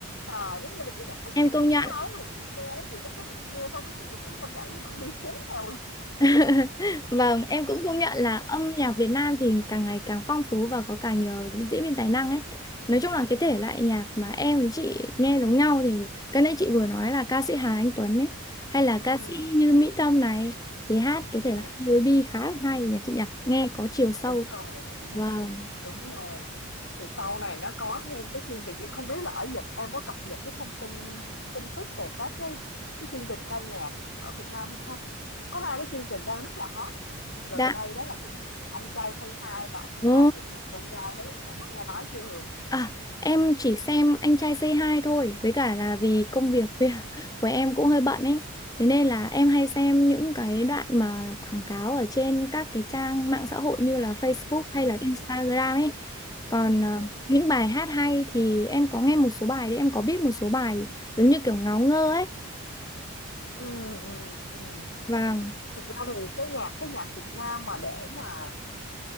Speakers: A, on the left; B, on the left.
A: Trời, giống như là cái nhạc thất
B: em
A: tình
B: công
A: hay
B: nhận.
A: sao á, chị nghe á, chị nó cứ nghe xong cái chị cũng thấy tâm trạng của mình đi xuống theo luôn.
B: <laughs> Vâng, em cũng công nhận là âm nhạc Việt Nam thì càng ngày càng phong phú và có càng nhiều diễn viên tài năng ấy. Nói chung là cái thể loại nhạc mà em với chị nghe giống nhau thì cái nãy chị vừa nói là ca sĩ Hà Anh Tuấn ấy, hay là
A: Ờ,
B: ca sĩ như
A: ừm,
B: Mỹ Tâm này thì hát cái
A: ờ,
B: thể loại R&B khá là hay nhỉ chị nhỉ, nghe có chiều sâu.
A: đúng rồi, đúng rồi,
B: Vâng.
A: đúng rồi. Thì sau này nó có thêm cái chương trình chị không biết là ở Nhật em có cập nhật cái thông tin tin tức về các cái cái chương trình ca nhạc ở Việt Nam hay không? Có hai cái chương trình đang rất là hot gần
B: Dạ.
A: đây đó là chương trình Anh trai Say Hi và Anh trai
B: Ồ.
A: vượt ngàn chông gai đấy. Em có nghe nói chưa Hường?
B: À, em chỉ xem Anh trai C2 thôi, với cả là vì công
A: Ừ.
B: việc <laughs> việc của em cũng hơi bận ấy. Thế nên là em hay xem những cái đoạn mà quảng cáo ở trên các cái trang mạng xã hội như là Facebook hay
A: Ừ.
B: là Instagram
A: Ừ.
B: ấy. Còn
A: Ừ.
B: ờ, những bài hát hay thì em có nghe một số bài đấy, em có biết một số bài giống như kiểu ngáo ngơ ấy.
A: Ừ, ừm, ừm.
B: Vâng.
A: Thực ra thì cái nhạc cái nhạc Việt Nam mà để mà